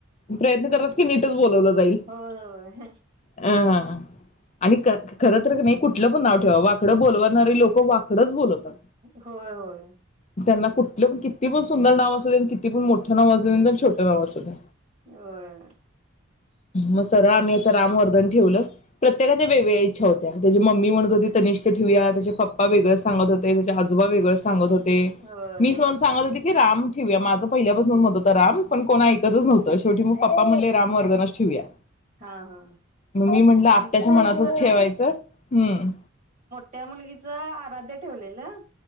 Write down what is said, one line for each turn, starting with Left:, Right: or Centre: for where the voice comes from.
Left: प्रयत्न करत कि नीटच बोलवलं जाईल
Right: होय होय.
Left: अं आणि ख- खर तर कणी कु तिला पण नाव ठेवावात इकड बोलवणारी लो वाकडच बोलवतात
Right: होय होय
Left: त्यांना कुठ पण किती पण सुंदर नाव असु दे आणि किती पण मोठ नाव असुदे नाही तर छोटं नाव असु दे
Right: होय
Left: मग सरळ आम्ही याच रामवर्धन ठेवलं प्रत्येकाच्या बेबी इच्छा होत्या त्याची मम्मी म्हणत होती तनिष ठेऊया त्याचे पप्पा वेगळ सांगत होते, त्याचे आजोबा वेगळ सांगत हो ते
Right: होय
Left: मीच म्हण सांगत होते की राम ठिउया माझं पहिल्यापासन मत होतं राम पण कोण ऐकतच नव्हतं शेवटी मग पप्पा म्हणले रामवर्धनच ठेऊया
Right: हा हा
Left: मग मी म्हटलं आत्याच्या
Right: आमचं कसं
Left: मनाचच
Right: झालं
Left: ठेवायचं हम्म
Right: त्या मुलगीच आराध्या ठेवलेलं